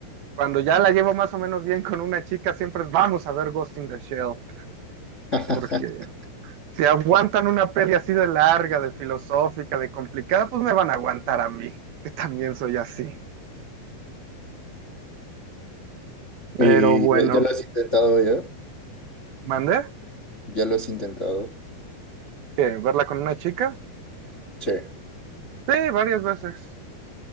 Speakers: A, on the right; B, on the left.
A: Cuando ya la llevo más o menos bien con una chica, siempre es vamos a ver Ghost in the Shell,
B: <laughs>
A: porque Si aguantan una peli así de larga, de filosófica, de complicada, pues me van a aguantar a mí, que también soy así. Pero
B: ¿Y
A: bueno,
B: ya, ya lo has intentado ya?
A: ¿mandé?
B: ¿Ya lo has intentado?
A: ¿Qué? ¿Verla con una chica?
B: Che,
A: Sí, varias veces.